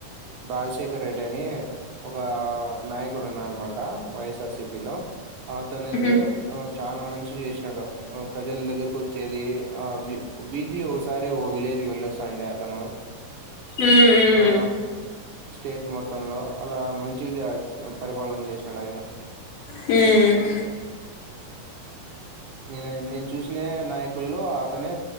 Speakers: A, on the right; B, on the left.
A: రాజశేఖర్ రెడ్డి అని, ఒక నాయకుడు ఉన్నాడనమాట. వైఎస్ఆర్ సిపి లో.
B: ఉహు
A: అయితే ఆ చాన మంచి చేసినాడు. ప్రజల దగ్గరకు వచ్చేది ఆ ఆ వీక్లీ వొ ఒకసారి ఒ విలేజ్కి వెళ్ళొస్తాండ అతను.
B: మ్
A: ఆ
B: మ్
A: స్టేట్ మొత్తంలో, అలా మంచిగ ద పరిపాలన చేసినాడు ఆయన.
B: మ్
A: నే నేను చూసిన నాయకుల్లో, అతనే